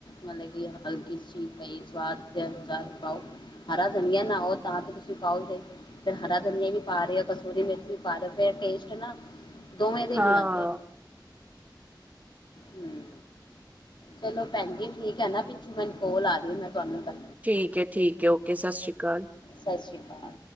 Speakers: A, on the left (about 75°); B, on the right (about 20°).
A: ਮਤਲਬ ਕਿ ਹਲਕੀ ਚੀਜ ਪਾਓ ਸਵਾਦ ਦੇ ਅਨੁਸਾਰ ਪਾਓ। ਹਰਾ ਦਨੀਆ ਨਾ ਤਾਂ ਤੁਸੀਂ ਪਾਓਗੇ ਫੇਰ ਹਰਾ ਦਨੀਆ ਵੀ ਪਾ ਰਹੇ ਆ ਕਸਤੂਰੀ ਮੇਥੀ ਵੀ ਪਾ ਰਹੇ ਫੇਰ ਟੇਸਟ ਨਾ ਦੋਵੇਂ ਦੇ
B: ਹਾਂ
A: ਨੀ ਆਉਂਦੇ। ਹੂੰ। ਚਲੋ ਭੈਣ ਜੀ ਠੀਕ ਹੈ ਨਾ ਪਿੱਛੋਂ ਮੈਨੂੰ ਕੋਲ ਆ ਰਹੀ ਮੈਂ ਤੁਹਾਨੂੰ ਕਰ
B: ਠੀਕ ਹੈ- ਠੀਕ ਹੈ ਓਕੇ ਸਤਿ ਸ਼੍ਰੀ ਅਕਾਲ।
A: ਸਤਿ ਸ਼੍ਰੀ ਅਕਾਲ।